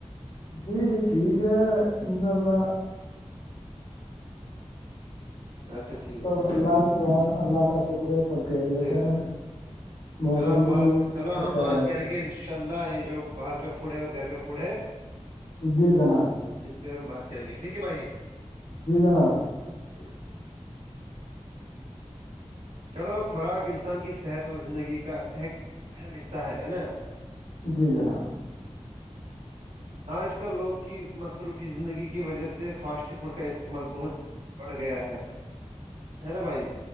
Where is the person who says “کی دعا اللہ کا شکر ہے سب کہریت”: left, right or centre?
Left